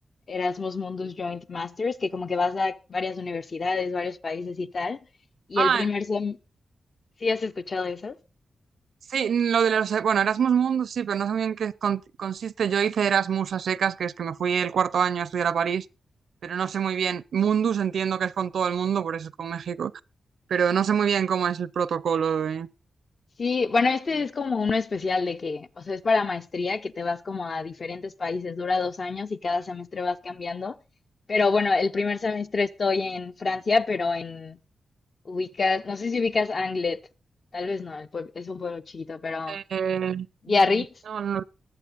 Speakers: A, on the left; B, on the right.
A: Erasmus Mundus Joint Masters, que como que vas a varias universidades, varios países y tal. Y
B: Ah,
A: el primer sem, ¿sí has escuchado esas?
B: Sí, lo de los, bueno, Erasmus Mundus sí, pero no sé muy bien qué con- consiste. Yo hice Erasmus a secas, que es que me fui el cuarto año a estudiar a París, pero no sé muy bien. Mundus entiendo que es con todo el mundo, por eso es con México, pero no sé muy bien cómo es el protocolo de...
A: Sí, bueno, este
B: como-
A: es como uno especial de que, o sea, es para maestría, que te vas como a diferentes países, dura dos años y cada semestre vas cambiando. Pero bueno, el primer semestre estoy en Francia, pero en ubicas, no sé si ubicas Anglet, tal vez no, el pue- es un pueblo chiquito, pero
B: Eh, eh,
A: Biarritz
B: no, no.